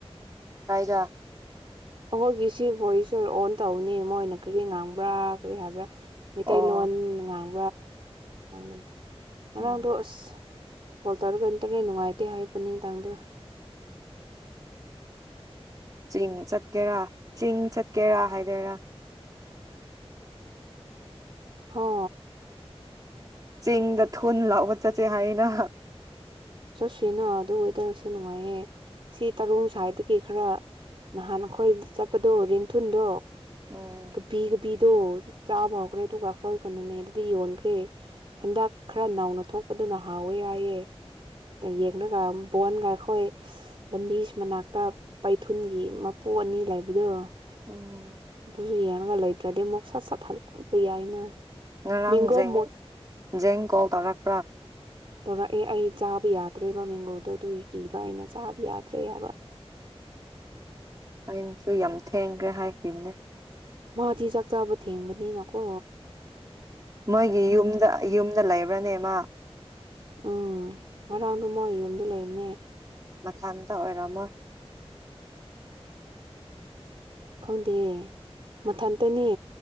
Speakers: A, on the right; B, on the right.
A: ꯀꯥꯏꯗ
B: ꯑꯩꯈꯣꯏꯒꯤ ꯁꯤ ꯚꯣꯏꯁ ꯑꯣꯟ ꯇꯧꯅꯤ ꯃꯣꯏꯅ ꯀꯔꯤ ꯉꯥꯡꯕ꯭ꯔꯥ ꯀꯔꯤ ꯍꯥꯏꯕ꯭ꯔꯥ ꯃꯤꯇꯩ
A: ꯑꯣ
B: ꯂꯣꯟ ꯉꯥꯡ <unintelligible> ꯉꯔꯥꯡꯗꯣ
A: ꯎꯝ
B: ꯑꯁ ꯀꯣꯜ ꯇꯧꯔꯒ ꯅꯇꯅꯦ ꯅꯨꯡꯉꯥꯏꯇꯦ ꯍꯥꯏ ꯄꯨꯅꯤꯡꯗꯥꯡꯗꯨ
A: ꯆꯤꯡ ꯆꯠꯀꯦꯔꯥ ꯆꯤꯡ ꯆꯠꯀꯦꯔꯥ ꯍꯥꯏꯗꯔꯥ
B: ꯍ
A: ꯆꯤꯡꯗ ꯊꯨꯟ ꯂꯥꯎꯕ ꯆꯠꯁꯦ ꯍꯥꯏꯅ
B: ꯆꯠꯁꯤꯅ ꯑꯗꯨ ꯋꯦꯗꯔꯁꯨ ꯅꯨꯡꯉꯥꯏꯌꯦ ꯁꯤ ꯇꯔꯨꯡ ꯁ꯭ꯋꯥꯏꯗꯒꯤ ꯈꯔ ꯅꯍꯥꯟ ꯑꯩꯈꯣꯏ ꯆꯠꯄꯗꯣ ꯔꯦꯡꯊꯨꯟꯗꯣ
A: ꯎꯝ
B: ꯀꯕꯤꯒꯕꯤ ꯑꯗꯨ ꯆꯥꯕ ꯍꯧꯈ꯭ꯔꯦ ꯑꯗꯨꯒ ꯑꯩꯈꯣꯏ <unintelligible> ꯑꯗꯨꯗꯤ ꯌꯣꯟꯈ꯭ꯔꯦ ꯍꯟꯗꯛ ꯈꯔ ꯅꯧꯅ ꯊꯣꯛꯄꯗꯨꯅ ꯍꯥꯎꯋꯦ ꯌꯥꯏꯑꯦ ꯌꯦꯡꯒ ꯕꯣꯟꯒ ꯑꯩꯈꯣꯏ ꯂꯝꯕꯤꯁꯤ ꯃꯅꯥꯛꯇ ꯄꯩꯊꯨꯟꯒꯤ ꯃꯄꯨ ꯑꯅꯤ ꯂꯩꯕꯗꯣ
A: ꯎꯝ
B: <unintelligible> ꯗ꯭ꯔꯗꯤ ꯑꯃꯨꯛ ꯁꯥꯠ ꯆꯠ <unintelligible> ꯌꯥꯏꯅ
A: ꯉꯔꯥꯡ
B: ꯃꯦꯡꯒꯣ
A: ꯖꯦꯡ
B: ꯃꯣꯠ
A: ꯖꯦꯡ ꯀꯣꯜ ꯇꯧꯔꯛꯄ꯭ꯔꯥ
B: ꯇꯧꯔꯛꯑꯦ ꯑꯩ ꯆꯥꯕ ꯌꯥꯗ꯭ꯔꯦꯕ ꯃꯦꯡꯒꯣꯗꯣ ꯑꯗꯨꯒꯤ ꯀꯤꯕ ꯑꯩꯅ ꯆꯥꯕ ꯌꯥꯗ꯭ꯔꯦ ꯍꯥꯏꯕ
A: ꯑꯩꯅꯁꯨ ꯌꯥꯝ ꯊꯦꯡꯈ꯭ꯔꯦ ꯍꯥꯏꯈꯤꯕꯅꯦ
B: ꯃꯗꯤ ꯆꯥꯛꯆꯥꯕ ꯊꯦꯡꯕꯅꯤ ꯅꯀꯣ
A: ꯃꯣꯏꯒꯤ ꯌꯨꯝꯗ ꯌꯨꯝꯗ ꯂꯩꯕ꯭ꯔꯅꯦꯃ
B: ꯎꯝ ꯉꯔꯥꯡ ꯗꯣꯃꯣꯏ ꯌꯨꯝꯗ ꯂꯩꯕꯅꯦ
A: ꯃꯊꯟꯇ ꯑꯣꯏꯔꯝꯃꯣꯏ
B: ꯈꯪꯗꯦ ꯃꯊꯟꯇꯅꯦ